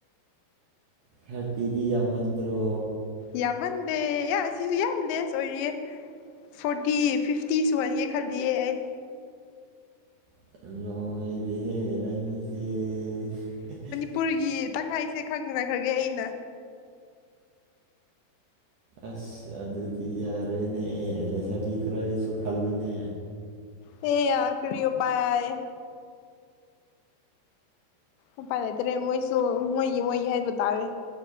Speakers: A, on the right; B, on the left.
A: ꯊꯔꯇꯤꯗꯤ ꯌꯥꯝꯃꯟꯗ꯭ꯔꯣ
B: ꯌꯥꯝꯃꯟꯗꯦ ꯏ ꯑꯁꯤꯁꯨ ꯌꯥꯝ ꯂꯦꯁ ꯑꯣꯏꯔꯤꯌꯦ ꯐꯣꯔꯇꯤ ꯐꯤꯐꯇꯤ ꯁꯨꯍꯟꯒꯦ ꯈꯜꯂꯤꯌꯦ ꯑꯩ
A: <unintelligible>
B: ꯄꯨꯔꯒꯤ ꯇꯪꯈꯥꯏꯁꯦ ꯈꯪꯅ ꯈ꯭ꯔꯒꯦ ꯑꯩꯅ
A: ꯑꯁ ꯑꯗꯨꯗꯤ ꯌꯥꯔꯣꯏꯅꯦ ꯑꯦ ꯂꯩꯁꯥꯕꯤ ꯈꯔꯒꯤꯁꯨ ꯈꯜꯂꯣꯅꯦ
B: ꯍꯦ ꯌꯥ ꯀꯔꯤ ꯑꯣꯄꯥꯏ ꯎꯄꯥꯏ ꯂꯩꯇꯔꯦ ꯃꯣꯏꯁꯨ ꯃꯣꯏꯒꯤ ꯃꯣꯏꯒꯤ ꯍꯥꯏꯕ ꯇꯥꯔꯦ